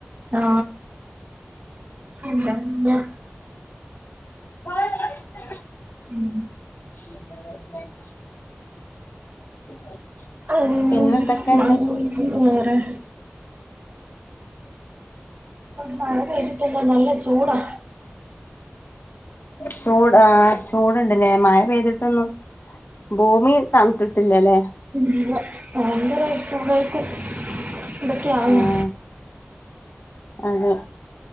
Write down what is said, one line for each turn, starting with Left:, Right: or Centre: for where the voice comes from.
Right: ആ എന്താചെയ്യാ?
Left: <unintelligible>
Right: ഉം
Left: <inaudible>
Right: ഔ
Left: പിന്നെ എന്തൊക്കെയുണ്ട്
Right: മംഗീത് വേറെ മഴ പെയ്തിട്ടെന്താ നല്ല ചൂടാ
Left: ചൂട ആ ചൂട്ണ്ട്ലേ മയ പെയ്തിട്ടൊന്നും ഭൂമി തണ്ത്തിട്ടില്ലലേ
Right: ഇല്ല ഭയങ്കര ചൂടായിട്ട് എന്തെക്കെ ആന്ന്
Left: ആഹ് അതെ